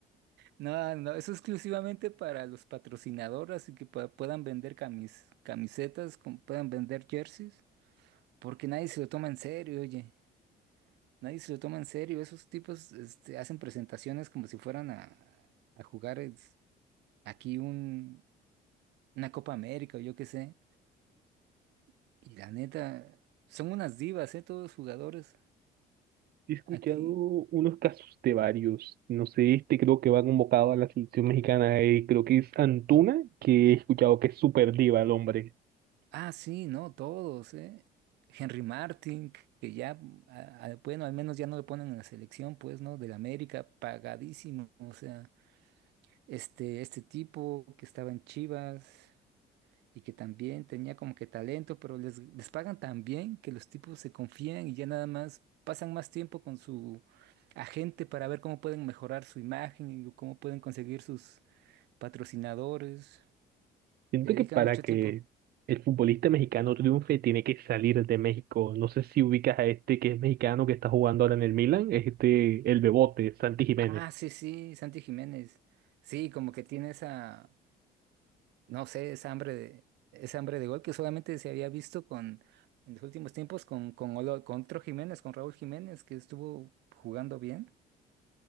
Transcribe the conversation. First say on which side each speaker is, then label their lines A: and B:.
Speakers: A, on the right; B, on the right.
A: No, no, eso es exclusivamente para los patrocinadores y que pue- puedan vender camis- camisetas, com- puedan vender jerseys, porque nadie se lo toma en serio, oye. Nadie se lo toma en serio. Esos tipos, este, hacen presentaciones como si fueran a, a jugar es- aquí un, una Copa América o yo qué sé. Y la neta, son unas divas, ¿eh? Todos los jugadores
B: He escuchado
A: aquí.
B: unos casos de varios. No sé, este creo que va convocado a la selección mexicana, eh, creo que es Antuna, que he escuchado que es súper diva el hombre.
A: Ah, sí, no, todos, ¿eh? Henry Martin, que ya, mm, a- a- bueno, al menos ya no le ponen en la selección, pues, ¿no? Del América, pagadísimo. O sea, este, este tipo que estaba en Chivas y que también tenía como que talento, pero les, les pagan tan bien que los tipos se confían y ya nada más pasan más tiempo con su agente para ver cómo pueden mejorar su imagen y cómo pueden conseguir sus patrocinadores.
B: Siento
A: Le dedican
B: que para
A: mucho
B: que
A: tiempo.
B: el futbolista mexicano triunfe tiene que salir de México. No sé si ubicas a este que es mexicano que está jugando ahora en el Milan, este el Bebote, Santi Jiménez.
A: Ah, sí, sí, Santi Jiménez. Sí, como que tiene esa, no sé, esa hambre de, esa hambre de gol que solamente se había visto con, en los últimos tiempos con, con, Olo- con otro Jiménez, con Raúl Jiménez, que estuvo jugando bien.